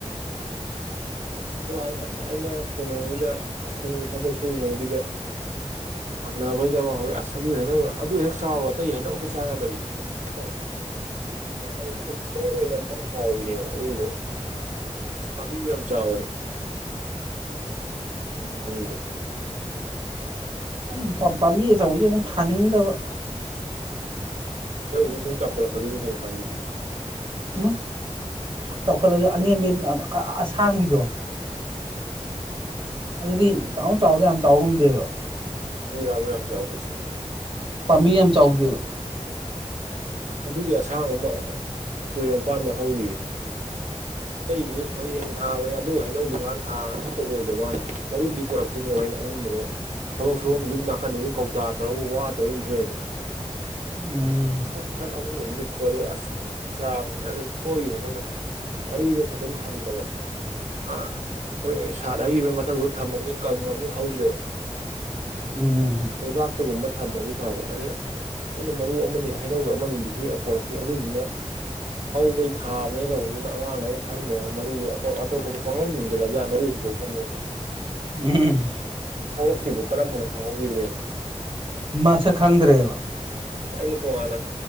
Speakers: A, on the right; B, on the right.
A: ꯈꯪꯗꯦ <unintelligible> ꯑꯗꯣ ꯑꯁ ꯑꯩꯅ ꯀꯩꯅꯣꯒꯤꯗ ꯁ꯭ꯀꯨꯜꯒꯤ ꯊꯕꯛ ꯁꯨꯔꯤꯉꯩꯒꯤꯗ ꯍꯪꯅꯕꯩꯗꯃ ꯍꯧꯋꯦ ꯑꯁ ꯑꯗꯨ ꯍꯩꯅꯧꯗꯣ ꯑꯗꯨ ꯍꯦꯛ ꯆꯥꯕ ꯑꯇꯩ ꯍꯩꯅꯧ ꯑꯝꯇ ꯆꯥ ꯌꯥꯗꯕꯤ ꯇ ꯀꯩꯍꯥꯏ ꯊꯨꯝꯃ ꯑꯣꯏꯅꯝꯃ ꯍꯥꯎꯕꯤꯅꯦꯕ ꯑꯗꯨꯏꯗꯣ ꯑꯁ ꯄꯥꯝꯕꯤꯖꯨ ꯌꯥꯝ ꯆꯥꯎꯋꯦ ꯑꯗꯨꯅꯅꯧꯅꯤꯒꯦ <unintelligible>
B: ꯎꯝ ꯄꯥꯝ ꯄꯥꯝꯕꯤ ꯑꯆꯧꯕꯁꯨ ꯑꯃꯨꯛ ꯊꯥꯅꯤꯡꯗꯕ
A: ꯍꯩꯅꯧꯗꯤ ꯁꯨꯝ ꯆꯥꯎꯈꯠꯂꯛꯀꯗꯣꯏꯅꯤ ꯀꯩꯅꯣ ꯄꯥꯝꯕꯤꯗꯤ
B: ꯎꯝ ꯆꯥꯎꯈꯠꯂꯁꯨ ꯑꯅꯦꯝꯕꯤ ꯑ ꯑ ꯑꯁꯥꯡꯕꯤꯗꯣ
A: ꯑ
B: ꯑꯗꯨꯗꯤ ꯗꯥꯎꯟ ꯆꯥꯎꯗ ꯌꯥꯝ ꯆꯥꯎ ꯉꯝꯗꯦꯕ
A: ꯑꯗꯨꯏꯔꯕ ꯌꯥꯝ ꯆꯧꯗ꯭ꯔꯤꯁꯦ
B: ꯄꯥꯝꯕꯤ ꯌꯥꯝ ꯆꯥꯎꯗꯦꯕ
A: ꯎꯝ ꯑꯗꯨꯒꯤ ꯑꯁꯥꯡ ꯑꯃ ꯇꯨꯔꯦꯜ ꯃꯄꯥꯟꯗ ꯍꯧꯔꯤꯌꯦ ꯑꯇꯩꯗꯤ ꯄꯔꯦꯡ ꯊꯥꯕꯅꯦ ꯑꯗꯨ ꯍꯩꯅꯧ ꯗꯨꯀꯥꯟ ꯊꯥꯕꯅꯦ ꯑꯃꯇ ꯑꯣꯏꯗꯕꯅ ꯃꯔꯨꯗꯤ ꯄꯣꯔꯛꯈꯤꯅꯦꯕ ꯑꯩꯅ ꯑꯃꯨꯟꯕꯗꯣ ꯊꯕꯛ ꯁꯨꯝꯕꯝ ꯌꯨꯝ ꯅꯥꯀꯟꯗꯨꯗ ꯀꯧꯇꯥ ꯇꯧꯔꯒ ꯋꯥ ꯇꯧꯔꯒ ꯏꯟꯊꯣꯛꯑꯦꯗꯅ
B: ꯎꯝ
A: ꯊ꯭ꯔꯛ ꯊ꯭ꯔꯛ ꯑꯃꯨꯟꯕ ꯅꯤꯛꯄꯗꯣ ꯑꯁ ꯐꯅꯌꯥꯝ ꯆꯥꯕꯅꯤ ꯑꯗꯨ ꯁꯣꯏꯒꯤꯕ ꯑꯩꯈꯣꯏꯅ ꯃꯔꯨꯗꯣ ꯐꯖꯟ ꯊꯝꯗꯕ ꯑ ꯑꯩꯈꯣꯏ ꯁꯥꯠ ꯍꯩꯒꯤꯕꯩ ꯃꯊꯛꯗꯨꯗ ꯊꯝꯃꯅꯤ ꯀꯪꯉꯝꯅꯤ ꯍꯧꯗ꯭ꯔꯦꯅ
B: ꯎꯝ
A: ꯂꯩꯕꯥꯛꯇꯒꯨꯝꯕ ꯊꯝꯃꯗꯤ ꯐꯕ ꯑꯗꯩ ꯑꯩꯅ ꯃꯔꯨ ꯑꯃꯅꯤ ꯍꯩꯅꯧꯗꯣ ꯑꯃꯅꯤꯗꯤ ꯍꯦꯛꯑ ꯄꯣꯔꯛꯈꯤ ꯑꯗꯨꯗꯨꯅ ꯍꯧꯕꯩ ꯊꯥꯕꯅꯦ ꯇꯧꯕꯗꯨꯅ ꯑꯉꯥꯡꯉꯩ ꯈꯪꯗꯗꯅ ꯃꯔꯨꯗꯣ ꯑꯇꯣꯞ ꯑꯇꯣꯞꯄꯗ ꯄꯪꯍꯨꯟ ꯍꯨꯟꯖꯤꯜꯂꯕꯖꯥ ꯃꯔꯨ ꯗꯣꯍꯝꯅꯤꯅ
B: ꯎꯝ
A: ꯍꯧꯔꯛꯈꯤꯕꯗꯣ ꯀꯔꯝꯕꯅꯣ ꯐꯥꯍꯧꯒꯤꯗ꯭ꯔꯦꯕ
B: ꯃꯥꯁꯛ ꯈꯪꯗ꯭ꯔꯦꯕ
A: ꯎꯝ ꯑꯩꯅ ꯇꯨꯉꯥꯟꯅ